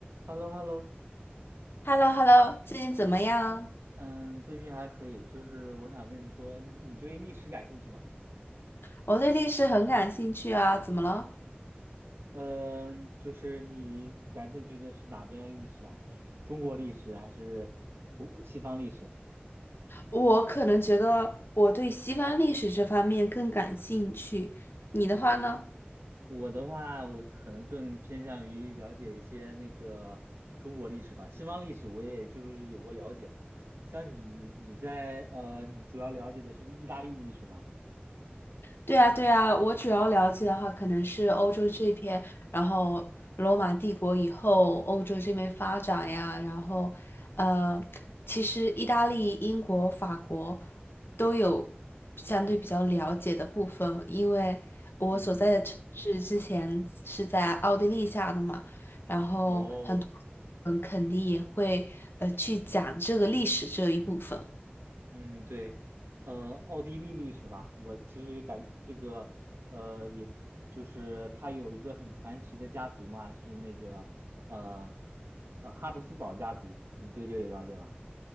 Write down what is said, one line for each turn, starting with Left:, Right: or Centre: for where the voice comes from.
Right: h e l l o h e l l o
Left: h e l l o h e l l o 最近怎么样？
Right: 嗯，最近还可以，就是我想跟你说，你你对历史感兴趣吗？
Left: 我对历史很感兴趣啊，怎么了？
Right: 嗯，就是你感兴趣的是哪边的历史啊？就是中国历史还是古西方历史啊？
Left: 我可能觉得我对西方历史这方面更感兴趣，你的话呢？
Right: 我的话，我可能更偏向于了解一些那个中国历史吧，西方历史我也就是有过了解。像你，你在呃，你主要了解的是意大利历史吗？
Left: 对啊，对啊，我主要了解的话，可能是欧洲这边，然后罗马帝国以后欧洲这边发展呀，然后呃，其实意大利、英国、法国都有相对比较了解的部分，因为我所在的城市之前是在奥地利下的嘛，
Right: 嗯，
Left: 然后很多
Right: 哦，
Left: 人肯定也会呃去讲这个历史这一部分。
Right: 嗯，对，呃，奥地利历史嘛，我其实感觉这个，呃，也就是他有一个很传奇的家族嘛，是那个，呃，呃，哈布斯堡家族，你对这个了解吗？